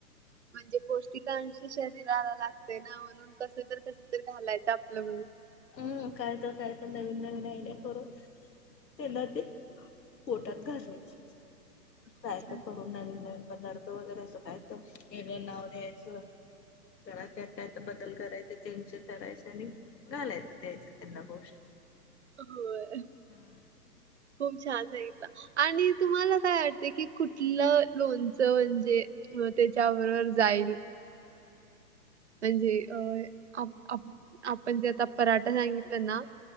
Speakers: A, on the right; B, on the left.
A: म्हणजे पौष्टिकांशी शरीराला लागते ना म्हणून कसं तर कसं तर घालायचं आपलं म्हणुन.
B: हम्म काय तर काय तर नवीन नवीन आयडिया करू त्यांना ते पोटात घालायचं.
A: अच्छा.
B: कायतर करून नवीन नवीन पदार्थ वगैरे असं खायचं वेगळं नाव द्यायचं. जरा त्यात कायतर बदल करायच चेंज करायचे आणि घालायचं द्यायचं त्यांना गोष्टी.
A: होय,
B: हम्म
A: खूप छान सांगितला. आणि तुम्हाला काय वाटते की कुठलं लोणचं म्हणजे मग त्याच्याबरोबर जाईल. म्हणजे अ आप आप आपण जे आता पराठा सांगितलं ना